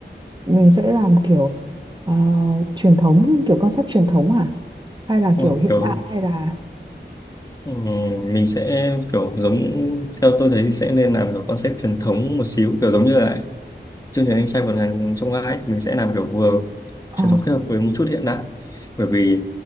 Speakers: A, on the right; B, on the left.
A: mình sẽ làm kiểu ờ, truyền thống, kiểu concept truyền thống hả? Hay là
B: Wow,
A: kiểu hiện
B: kiểu
A: đại hay là
B: Ừ, mình sẽ kiểu giống theo tôi thấy thì sẽ nên làm kiểu concept truyền thống một xíu kiểu giống như là chương trình anh trai vượt ngàn chông gai ấy, thì mình sẽ làm kiểu vừa
A: ờ
B: truyền thống kết hợp với một chút hiện đại bởi vì